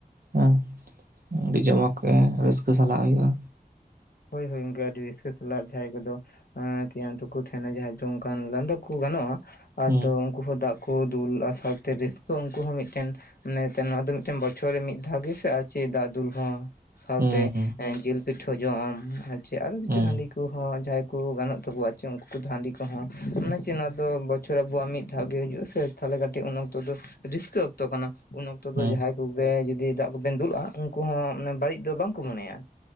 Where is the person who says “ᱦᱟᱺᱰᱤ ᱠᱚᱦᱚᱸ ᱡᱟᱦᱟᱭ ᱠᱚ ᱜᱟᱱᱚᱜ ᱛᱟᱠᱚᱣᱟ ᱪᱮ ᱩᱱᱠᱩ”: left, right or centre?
Left